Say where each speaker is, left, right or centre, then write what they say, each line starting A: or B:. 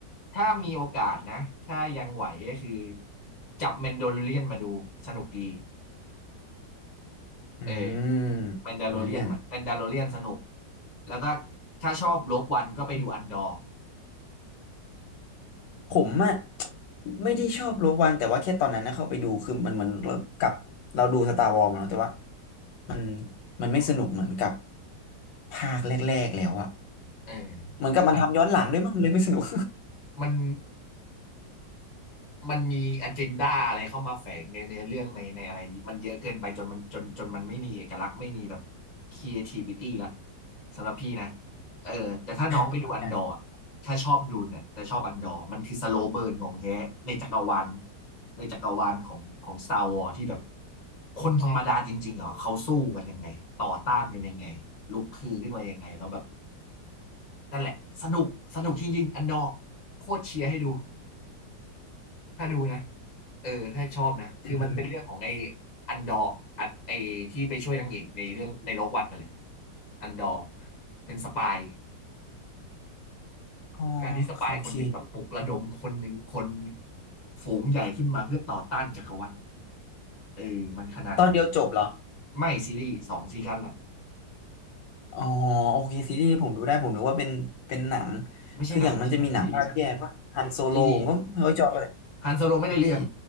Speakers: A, on the left (about 30°); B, on the left (about 80°).
A: ถ้ามีโอกาสนะถ้ายังไหวก็คือจับแมนโดลเรียนมาดูสนุกดี
B: อื
A: เออ
B: ม
A: แมนดาโลเรียนแมนดาโลเรียนสนุก
B: อันเลียน
A: แล้วก็ถ้าชอบโลกวันก็ไปดูอันดอร์
B: ผมอะไม่ได้ชอบโรวันแต่ว่าแค่ตอนนั้นนะเข้าไปดูคือมันเหมือนเรากับเราดูสตาร์วอร์มาเนาะแต่ว่ามันมันไม่สนุกเหมือนกับ
A: อืม
B: ภาคแรกๆแล้วอะ
A: เออ
B: เหมือนกับมันทำย้อนหลังด้วยมั้งเลยไม่สนุก
A: มันมัน มันมี agenda อะไรเข้ามาแฝงในเนื้อเรื่องในในอะไรมันเยอะเกินไปจนมันจนจนมันไม่มีเอกลักษณ์ไม่มีแบบ creativity ละสำหรับพี่นะเออแต่ถ้าน้องไปดูอันดอร์อะถ้าชอบดูเนี่ยแต่ชอบอันดอร์มันคือสโลว์เบิร์นของแท้ในจักรวาล
B: <laughs> กัน
A: ในจักรวาลของของ Star Wars ที่แบบคนธรรมดาจริงๆเหรอเขาสู้กันยังไงต่อต้านกันยังไงลุกคือขึ้นมายังไงแล้วแบบนั่นแหละสนุกสนุกจริงๆอันดอร์โคตรเชียร์ให้ดู ถ้าดูนะเออถ้าชอบนะ คือมันเป็นเรื่องของไอ้
B: อืม
A: อันดอร์อันไอ้ที่ไปช่วยนางเอกในเรื่องในโลกวัดนั่นแหละอันดอร์เป็นสปาย
B: อ๋อ
A: การที่สปายคนหนึ่งแบบปลุกระดมคนหนึ่งคน
B: โอเค
A: ฝูงใหญ่ขึ้นมาเพื่อต่อต้านจักรวรรดิเออมันขนาดไหน
B: ตอนเดียวจบเหรอ
A: ไม่ซีรีส์สองซีซั่นละ
B: อ๋อโอเคซีรีส์ผมดูได้ผมนึกว่าเป็นเป็นหนัง
A: ไม่ใช่หนังไม่ใช่หนังซีรีส์
B: คืออย่างมันจะมีหนังภาคแยกปะฮันโซโลผมก็ไม่ค่อยชอบเลย
A: ซีรีส์ฮันโซโลไม่ได้เรื่อง
B: โอเค